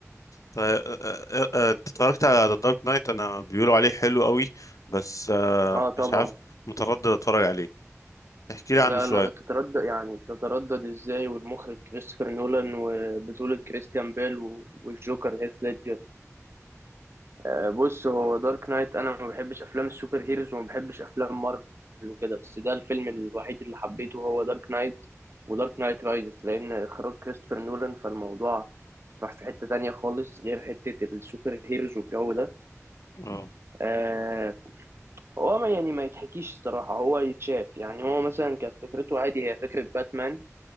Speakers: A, on the left (about 80°); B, on the right (about 50°).
A: طيب آه، آه، آه، آه، انت اتفرجت على ذا دارك نايت انا بيقولوا عليه حلو قوي بس آه
B: اه طبعا
A: مش عارف متردد اتفرج عليه احكي لي
B: لا
A: عنه شوية
B: لا تتردد يعني تتردد ازاي والمخرج كريستوفر نولان وبطولة كريستيان بيل و- والجوكر هيث ليدجر آه، بص هو دارك نايت انا ما بحبش افلام السوبر هيروز وما بحبش افلام مارفل وكده بس ده الفيلم الوحيد اللي حبيته هو دارك نايت ودارك نايت رايزز لان اخراج كريستوفر نولان فالموضوع راح في حتة تانية خالص غير حتة السوبر هيروز والجو ده
A: اه
B: آه هو ما يعني ما يتحكيش الصراحة هو يتشاف يعني هو مثلا كانت فكرته عادي هي فكرة باتمان